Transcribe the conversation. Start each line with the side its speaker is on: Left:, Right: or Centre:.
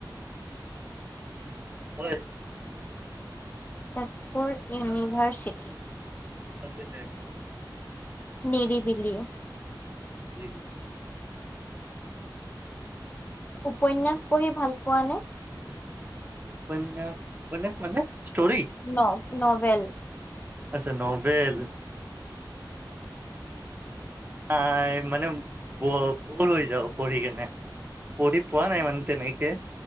Right: হয়।
Left: তেজপুৰ ইউনিভাৰ্চিটি।
Right: তচতেিব <unintelligible>
Left: নিৰিবিলি।
Right: <unintelligible>
Left: উপন্যাস পঢ়ি ভাল পোৱা নে?
Right: উপন্যাস-উপন্যাস মানে? Story
Left: novel.
Right: আচ্ছা নভেল। আহ মানে ব-ব'ৰ হৈ যাও পঢ়ি কেনে, পঢ়ি পোৱা নাই মানে তেনেকে।